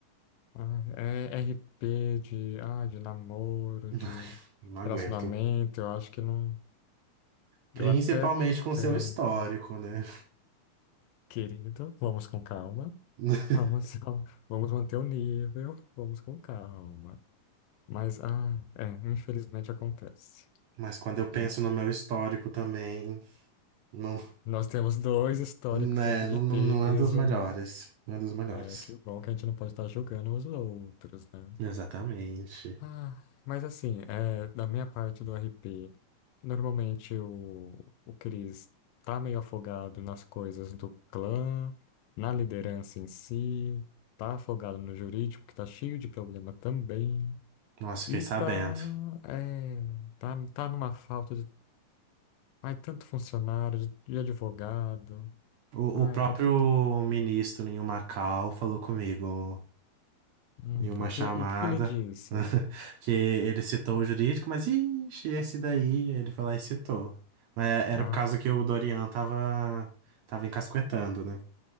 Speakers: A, on the left (about 85°); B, on the right (about 70°).
A: Ah, é RP de, ah, de namoro,
B: <laughs>
A: de
B: Não aguento.
A: relacionamento, eu acho que não.
B: Principalmente
A: Eu até
B: com seu
A: tento.
B: histórico, né?
A: Querido, vamos com calma.
B: <laughs>
A: Vamos, <laughs> vamos manter o nível, vamos com calma. Mas, ah, é, infelizmente acontece.
B: Mas quando
A: Infelizmente.
B: eu penso no meu histórico também. Não,
A: Nós temos dois históricos
B: né,
A: aqui de
B: não,
A: peso,
B: não não é dos melhores.
A: né?
B: Não é dos melhores.
A: É, que bom que a gente não pode estar julgando os outros, né?
B: Exatamente.
A: Ah, mas assim, é, da minha parte do RP, normalmente o, o Chris tá meio afogado nas coisas do clã, na liderança em si, tá afogado no jurídico, que tá cheio de problema também,
B: Nossa, fiquei
A: e
B: sabendo.
A: tá, é, tá, tá numa falta de, ai, tanto funcionário, de, de advogado,
B: O,
A: ai,
B: o próprio
A: tá tudo...
B: ministro em Macau falou comigo
A: Hum,
B: em uma
A: o que,
B: chamada
A: e o que ele disse?
B: <laughs> que ele citou o jurídico, mas ixi, esse daí ele foi lá e citou. Mas é, era
A: Ah,
B: por causa que o Dorian tava, tava encasquetando, né?